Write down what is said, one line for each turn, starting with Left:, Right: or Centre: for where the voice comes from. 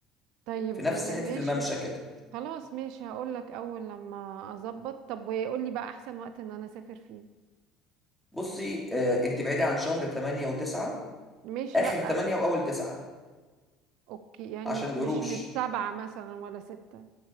Right: طيب
Centre: في نفس
Right: ماشي
Centre: حتة الممشى كده
Right: خلاص ماشي هقول لك اول لما اظبط طب وقول لي بقى احسن وقت ان انا اسافر فيه
Centre: بصي آه، انت بعيدة عن شهر 8 و9
Right: ماشي
Centre: اخر
Right: لا
Centre: تمانية واول تسعة
Right: اوكي يعني
Centre: عشان
Right: مش
Centre: القروش
Right: مش مش سبعة مثلا ولا ستة